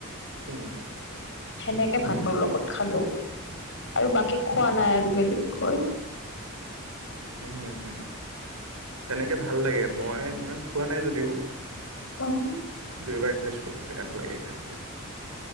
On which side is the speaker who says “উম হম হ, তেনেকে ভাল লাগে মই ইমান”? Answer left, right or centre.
Right